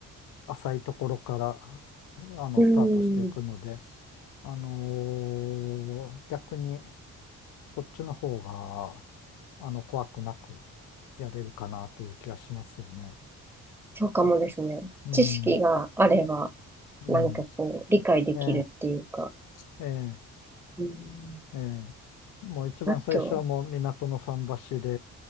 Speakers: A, on the left; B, in the centre.
A: 浅いところから、あの、
B: うん。
A: スタートしていくので、あのー逆に、そっちの方が、あの、怖くなくやれるかなという気がしますよね。
B: そうかもですね。
A: うん、
B: 知識があれば、
A: うん。
B: なんかこう、理解できるっていうか。
A: ええ、ええ、
B: うん。
A: ええ。もう一番最初はもう港の桟橋で、
B: あと、